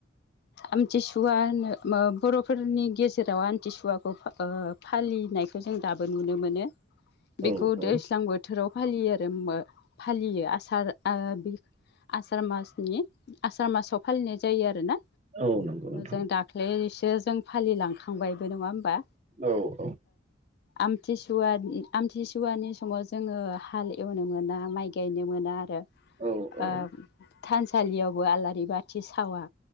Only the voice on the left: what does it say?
आमथिसुवा होनो बरफोरनि गेजेराव आमथिसुवाखौ ओ फालिनायखौ जों दा दाबो‌ नुनो मोनो बेखौ
दैज्लां
बोथोराव फालियो आरो उमो फालियो आसार बे आसार मासनि आसार मासाव फालिनाय जायो आरोना।
जों दाख्लैसो जों फालिलांखांबायबो नङा होमबा।
आमथिसुवानि आमथिसुवानि समाव जोङो हाल एवनो मोना माइ गायनो मोना आरो।
ओ थानसालियावबो आलारि बाथि सावा